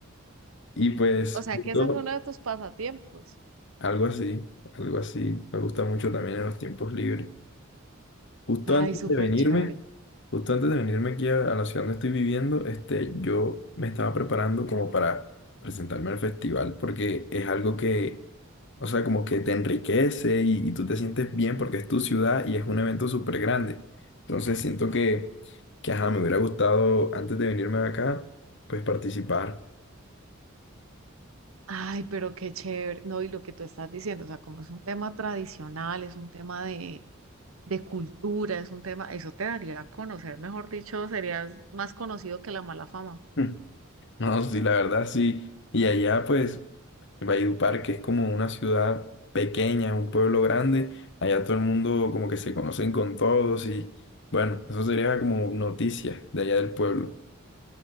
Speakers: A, on the left (about 60°); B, on the right (about 90°).
A: Y pues
B: O
A: justo
B: sea que ese es uno de tus pasatiempos.
A: algo así, algo así, me gusta mucho también en los tiempos libres. Justo
B: Ay,
A: antes
B: súper
A: de venirme,
B: chévere.
A: justo antes de venirme aquí a, a la ciudad donde estoy viviendo, este, yo me estaba preparando como para presentarme al festival porque es algo que O sea, como que te enriquece y, y tú te sientes bien porque es tu ciudad y es un evento súper grande. Entonces siento que, que, ajá, me hubiera gustado antes de venirme de acá, pues participar.
B: Ay, pero qué chévere. No, y lo que tú estás diciendo, o sea, como es un tema tradicional, es un tema de, de cultura, es un tema, eso te daría a conocer, mejor dicho, serías más conocido que la mala fama.
A: <laughs> No, sí, la verdad sí. Y allá, pues, en Valledupar, que es como una ciudad pequeña, un pueblo grande, allá todo el mundo como que se conocen con todos y bueno, eso sería como noticia de allá del pueblo.